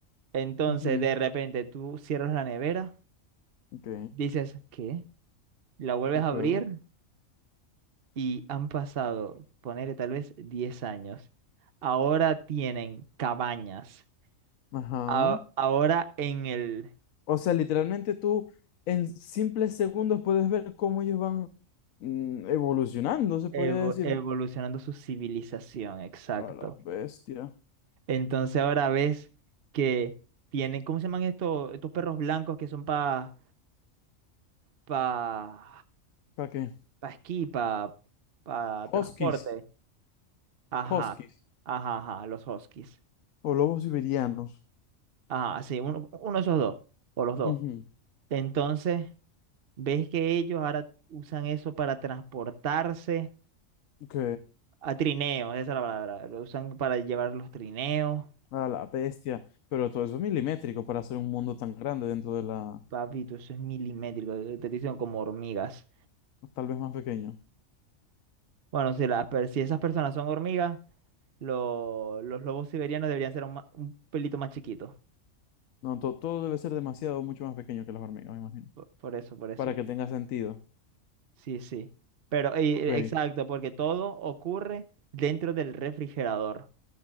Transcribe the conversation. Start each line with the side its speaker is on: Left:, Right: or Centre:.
Right: Entonces,
Left: Ujú.
Right: de repente tú cierras la nevera,
Left: Ok,
Right: dices ¿qué? La vuelves
Left: qué
Right: a
Left: pedo.
Right: abrir y han pasado, ponerle tal vez 10 años. Ahora tienen cabañas.
Left: Ajá.
Right: A- ahora en el
Left: O sea, literalmente tú en simples segundos puedes ver cómo ellos van mm, evolucionando, se podría
Right: evo-
Left: decir.
Right: evolucionando su civilización, exacto.
Left: A la bestia.
Right: Entonces ahora ves que tienen, ¿cómo se llaman estos, estos perros blancos que son para para
Left: ¿Para qué?
Right: pa esquí, para transporte.
Left: Huskies.
Right: Ajá,
Left: Huskies.
Right: ajá, ajá, los huskies.
Left: O lobos siberianos.
Right: Ajá, sí, uno, uno de esos dos, o los dos.
Left: Ujú.
Right: Entonces, ves que ellos ahora usan eso para transportarse
Left: Ok.
Right: a trineos, esa es la palabra. Lo usan para llevar los trineos.
Left: A la bestia. Pero todo eso es milimétrico para hacer un mundo tan grande dentro de la...
Right: Papito, eso es milimétrico, eh, te dicen como hormigas.
Left: o Tal vez más pequeño.
Right: Bueno, si, las per- si esas personas son hormigas, lo- los lobos siberianos deberían ser un, ma- un pelito más chiquitos.
Left: No, to- todo debe ser demasiado, mucho más pequeño que las hormigas, me imagino.
Right: Por, por eso, por eso.
Left: Para que tenga sentido.
Right: Sí, sí. Pero, eh,
Left: Ok.
Right: exacto, porque todo ocurre dentro del refrigerador.